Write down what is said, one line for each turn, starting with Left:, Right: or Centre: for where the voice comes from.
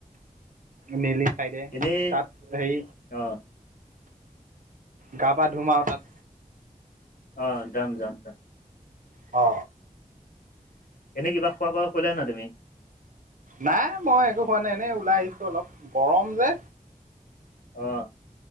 Right: নেলি চাইডে
Left: এনেই
Right: তাত সেই
Left: অ',
Right: গা পা ধুম আও তাত
Left: অঁ যাম যাম যাম
Right: অ
Left: এনেই কিব খোৱা বোৱা কৰিলা নাই তুমি?
Right: নাই মই একো খোৱা নাই, এনেই ওলাই আহিছো অলপ গৰম যে
Left: অঁ